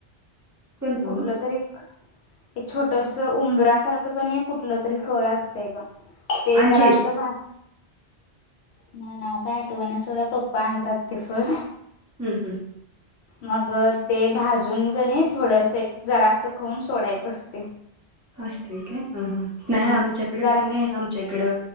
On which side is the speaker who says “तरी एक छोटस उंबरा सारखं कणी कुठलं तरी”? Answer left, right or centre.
Left